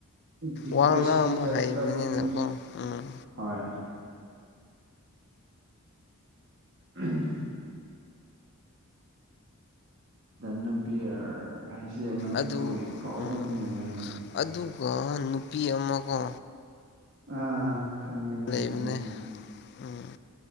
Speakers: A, on the right (about 55°); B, on the left (about 50°).
A: ꯗꯤꯄ꯭ꯔꯦꯁꯟ
B: ꯋꯥ ꯉꯥꯡꯕ
A: ꯆꯠꯄ
B: ꯍꯩꯕꯅꯤꯅꯀꯣ
A: ꯃꯤ
B: ꯎꯝ꯫
A: ꯍꯣꯏ ꯎꯝ ꯅꯕꯤꯌꯔ ꯑꯩꯁꯦ ꯃꯅꯤꯄꯨꯔꯒꯤ
B: ꯑꯗꯨ
A: ꯑꯐꯥꯎꯕ
B: ꯎꯝ
A: ꯃꯤ ꯑꯣꯏꯔꯝꯃꯤ
B: ꯑꯗꯨꯒ ꯅꯨꯄꯤ ꯑꯃꯀꯣ
A: ꯑꯥ ꯈꯪꯉꯦ ꯅꯪ
B: ꯂꯩꯕꯅꯦ
A: ꯈꯥꯏꯅꯤꯗ
B: ꯎꯝ